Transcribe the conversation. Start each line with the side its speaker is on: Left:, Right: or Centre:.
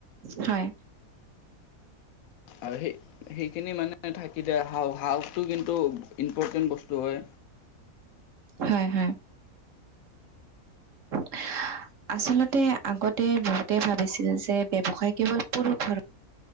Right: হয়।
Left: আৰু সেই সেইখিনি মানে থাকি দিয়ে, সাহস সাহসটো কিন্তু ইম্পৰ্টেণ্ট বস্তু হয়।
Right: হয়-হয়। <inaudible> আচলতে আগতে বহুতে ভাবিছিল যে ব্যৱসায় কেৱল পুৰুষৰ